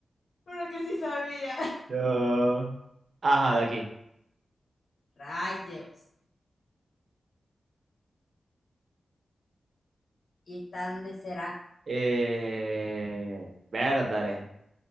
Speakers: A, on the left (about 70°); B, on the right (about 60°).
A: no! <laughs> Una que sí sabía.
B: no. Ajá, de aquí.
A: Rayos. ¿Y están de será?
B: Eh, Bertare.